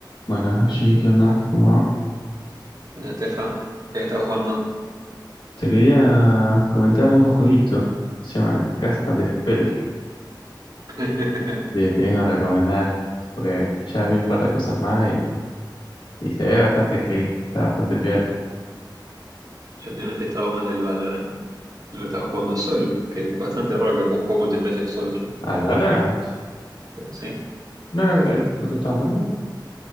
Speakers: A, on the left; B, on the right.
A: Bueno, Georgie, ¿qué onda? ¿Cómo va?
B: ¿Qué onda, Estefa? ¿Qué has estado jugando?
A: Te quería comentar de un jueguito, se llama Cast and Spell,
B: <laughs>
A: que te vengo a recomendar, porque ya vi un par de cosas más y, y se ve bastante clean, está bastante piola.
B: Yo últimamente he estado más del Valorant. Lo he estado jugando solo, que es bastante raro que juegue un juego multiplayer solo yo.
A: ¿Al Valorant?
B: Sí.
A: ¿No era que no te estaban dando?